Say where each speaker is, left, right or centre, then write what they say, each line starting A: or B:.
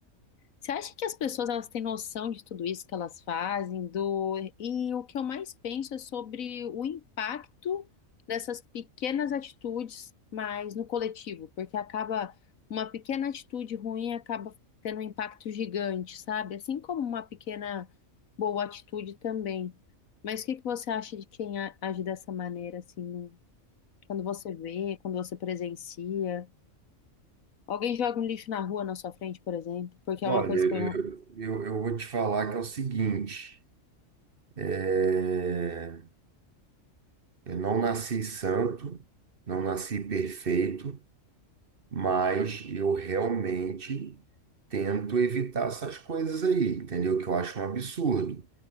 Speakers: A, on the left; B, on the right.
A: Você acha que as pessoas elas têm noção de tudo isso que elas fazem, do... E o que eu mais penso é sobre o impacto dessas pequenas atitudes, mas no coletivo, porque acaba uma pequena atitude ruim acaba tendo um impacto gigante, sabe? Assim como uma pequena boa atitude também. Mas o que que você acha de quem a- age dessa maneira, assim, no- quando você vê, quando você presencia? Alguém joga um lixo na rua na sua frente, por exemplo, porque
B: Olha,
A: é uma coisa
B: eu,
A: que eu
B: eu, eu vou te falar que é o seguinte, é, eu não nasci santo, não nasci perfeito, mas eu realmente tento evitar essas coisas aí, entendeu? Que eu acho um absurdo.